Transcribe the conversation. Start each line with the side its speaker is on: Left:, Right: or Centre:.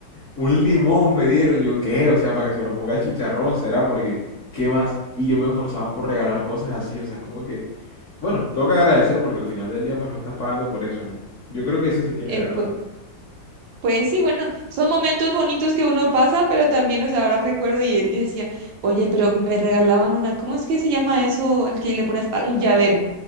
Left: Un limón me dieron, yo qué, o sea, para que se lo ponga el chicharrón, será porque, ¿qué más? Y yo me esforzaba por regalar cosas así, o sea, es como que... Bueno, tengo que agradecer porque al final del día pues no estás pagando por eso, ¿no? Yo creo que eso sí tiene
Right: Eh,
Left: verdad.
Right: pues Pues sí, bueno, son momentos bonitos que uno pasa, pero también, o sea, ahora recuerdo y eh, yo decía, oye, pero me regalaban una, ¿cómo es que se llama eso? El que le pones a- un llavero